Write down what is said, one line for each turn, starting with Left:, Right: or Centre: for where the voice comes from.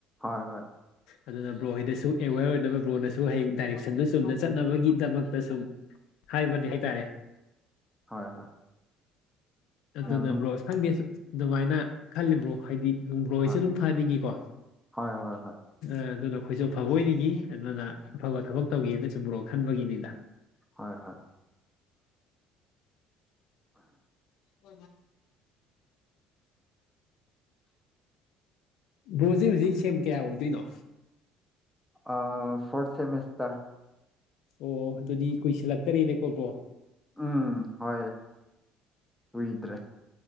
Centre: ꯍꯣꯏ ꯍꯣꯏ
Left: ꯑꯗꯨꯅ ꯕ꯭ꯔꯣ ꯍꯣꯏꯗꯁꯨ ꯑꯦꯋꯦꯌꯔ ꯑꯣꯏꯅꯕ ꯕ꯭ꯔꯣꯅꯁꯨ ꯍꯌꯦꯡ ꯗꯥꯏꯔꯦꯛꯁꯟꯗꯨ ꯆꯨꯝꯅ ꯆꯠꯅꯕꯒꯤꯗꯃꯛꯇ ꯁꯨꯝ ꯍꯥꯏꯕꯗꯤ ꯍꯥꯏꯇꯥꯔꯦ
Centre: ꯍꯣꯏ ꯍꯣꯏ
Left: ꯑ꯭ꯔꯣꯁ
Centre: ꯌꯥꯝ ꯅꯨꯡ
Left: ꯈꯪꯗꯁ ꯑꯗꯨꯃꯥꯏꯅ ꯈꯜꯂꯤꯕ꯭ꯔꯣ ꯍꯥꯏꯗꯤ ꯅꯨꯝꯕ꯭ꯔꯣ
Centre: ꯍꯣꯏ
Left: ꯑꯩꯁꯨ ꯑꯗꯨꯝ ꯐꯅꯤꯡꯉꯤꯀꯣ
Centre: ꯍꯣꯏ ꯍꯣꯏ ꯍꯣꯏ
Left: ꯑꯗꯨꯅ ꯑꯩꯈꯣꯏꯁꯨ ꯑꯐꯕ ꯑꯣꯏꯅꯤꯒꯤ ꯑꯗꯨꯅ ꯑꯐꯕ ꯊꯕꯛ ꯇꯧꯒꯦꯅꯁꯨꯨꯝ ꯃꯣꯔꯣ ꯈꯟꯕꯒꯤꯅꯤꯗ
Centre: ꯍꯣꯏ ꯍꯣꯏ
Left: <inaudible> ꯕꯣꯖꯤꯦ ꯍꯧꯖꯤꯛ ꯁꯦꯝ ꯀꯌꯥ ꯑꯣꯏꯗꯣꯏꯅꯣ
Centre: ꯑ ꯐꯣꯔꯊ ꯁꯦꯃꯤꯁꯇꯔ
Left: ꯑꯣ ꯑꯗꯨꯗꯤ ꯀꯨꯏꯁꯜꯂꯛꯇꯔꯦꯅꯦ ꯀꯣꯛꯠꯇ꯭ꯔꯣ
Centre: ꯎꯝ ꯍ ꯍꯏꯗ꯭ꯔꯦ